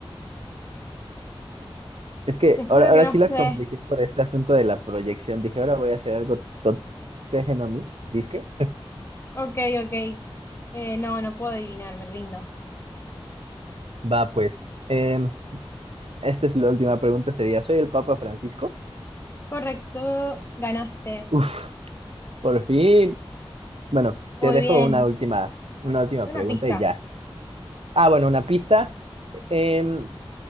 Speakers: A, on the right; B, on the left.
A: Es que
B: te juro
A: ahora, ahora
B: que no
A: sí
B: sé.
A: la compliqué por este asunto de la proyección. Dije, ahora voy a hacer algo totéjeno a mí. ¿Disque?
B: Ok, ok. Eh, no, no puedo adivinar, me rindo.
A: Va, pues. em, esta es la última pregunta, sería, ¿soy el Papa Francisco?
B: Correcto, ganaste.
A: Uf, por fin. Bueno,
B: Muy
A: te dejo
B: bien.
A: una última, una última pregunta
B: Una pista.
A: y ya. Ah, bueno, una pista. Em,